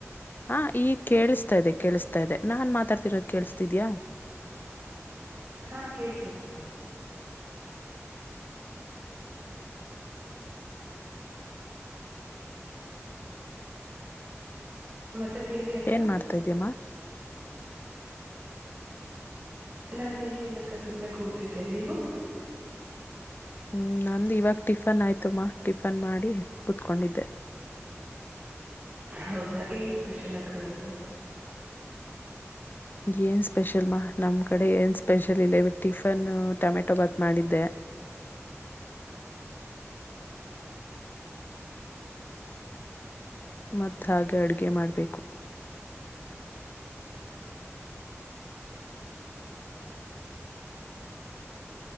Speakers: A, on the left (about 40°); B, on the right (about 35°).
A: ಹ ಈ ಕೇಳಿಸ್ತಾ ಇದೆ ಕೇಳಿಸತಾ ಇದೆ ನಾನ್ ಮಾತಾಡ್ತಿರೋದ ಕೇಳಿಸತಿದ್ಯಾ.
B: ಹಾ ಕೇಳ್ತಿದೆ ಅಕ್ಕ. ಮತ್ತೆ. ತಿಂಡಿ ಅಕ್ಕ
A: ಏನ್ ಮಾಡ್ತಾ ಇದ ಇದ್ಯಮ್ಮ.
B: ನಾನು ನೇ ಇಲಕ್ಕ ಸುಮ್ನೆ ಕೂತಿದ್ದೆ ನೀವು.
A: ಹ್ಮ್ ನಂದು ಇವಾಗ ಟಿಫನ್ ಆಯ್ತುಮ್ಮ ಟಿಫನ್ ಮಾಡಿ ಕುತ್ಕೊಂಡಿದ್ದೆ.
B: ಹೌದಾ ಏನ್ ಸ್ಪೆಷಲ್ ಆಕ ಇವತ್ತು.
A: ಏನ್ ಸ್ಪೆಷಲ್ ಮಾ ನಮ್ ಕಡೆ ಏನ್ ಸ್ಪೆಷಲ್ ಇಲ್ಲ ಇವ ಟಿಫನ್ ಟೊಮೆಟೊ ಭಾತ್ ಮಾಡಿದ್ದೆ. ಮತ್ತ ಹಾಗೆ ಅಡುಗೆ ಮಾಡ್ಬೇಕು.